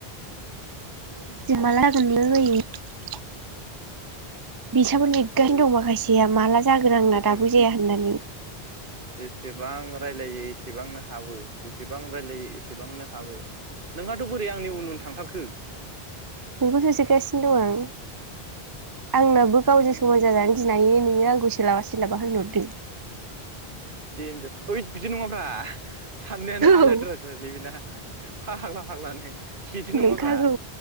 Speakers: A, on the right (about 30°); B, on the right (about 55°).
A: <unintelligible>
B: उम,
A: <unintelligible> बिसाबो नेगासिनो
B: औ
A: दं माखासेया माला जागोन आंना
B: जेसेबां
A: दाबो जाया होननानै।
B: जेसेबां रायलायो एसेबांनो हाबो जेसेबां रायलायो एसेबांनो हाबो नोंहाथ बोरै आंनि उन उन थांथारखो?
A: नोंखौसो होसोगासिनो दं आं आंनाबो गावजों
B: उम
A: समान जानानो गिनानैनो नोङो आंखौ सो ला सोलाबा होनहरदो
B: देन्जार ओयत बिदि नङाब्रा साननायानो आलाद्रा
A: नंगौ
B: द्रायलै बेना फाग्ला फाग्लानो बिदि नङाब्रा
A: नंखागौ